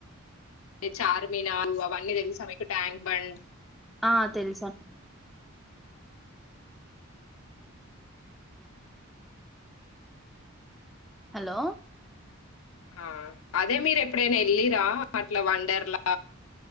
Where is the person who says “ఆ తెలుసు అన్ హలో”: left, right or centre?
Centre